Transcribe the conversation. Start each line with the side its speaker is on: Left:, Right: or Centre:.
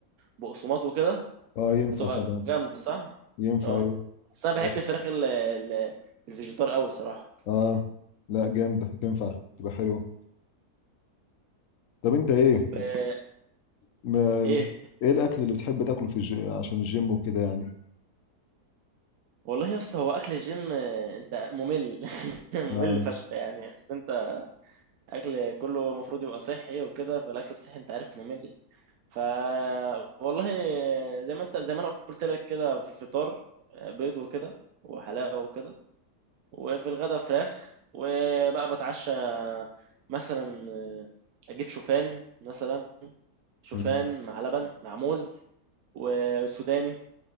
Right: وبقسماط وكده
Left: اه ينفع
Right: هتبقى
Left: طبعا
Right: جامدة صح؟
Left: ينفع
Right: اه
Left: ايوه
Right: بس انا بحب
Left: بس
Right: الفراخ ال ال- الفيجيتار قوي صراحة
Left: اه لا جامده تنفع تبقى حلوه طب انت ايه
Right: طب آه،
Left: ما
Right: ايه
Left: ايه الاكل اللي بتحب تاكله في الج... عشان الجيم وكده يعني
Right: والله يا اسطى هو اكل الجيم آه، انت ممل <laughs> ممل
Left: اه
Right: فشخ يعني بس انت اكل كله المفروض يبقى صحي وكده فالاكل الصحي انت عارف ممل ف والله آه، زي ما انت زي ما انا قلت لك كده في الفطار آه، بيض وكده وحلاوة وكده وفي الغدا فراخ وبقى بتعشى مثلا آه، اجيب شوفان مثلا شوفان
Left: مم.
Right: مع لبن مع موز وسوداني